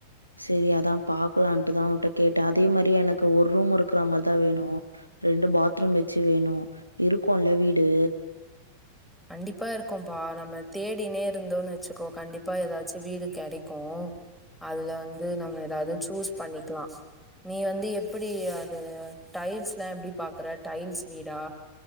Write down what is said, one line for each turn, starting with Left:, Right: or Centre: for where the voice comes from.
Right: சேரி அதா பாக்கலான்ட்டு தா உன்ட்ட கேட்ட அதே மாரி எனக்கு ஒர் ரூம் இருக்குற மாரி தா வேணு ரெண்டு பாத்ரூம் வச்சி வேணு இருக்குல்ல வீடு
Centre: கண்டிப்பா இருக்கும்ப்பா நம்ம தேடினே இருந்தோன்னு வச்சிக்கோ கண்டிப்பா ஏதாச்சு வீடு கெடைக்கு அதுல வந்து நம்ம எதாவது சூஸ் பண்ணிக்குலா நீ வந்து எப்டி அது டைல்ஸ் லா எப்டி பாக்குற டைல்ஸ் வீடா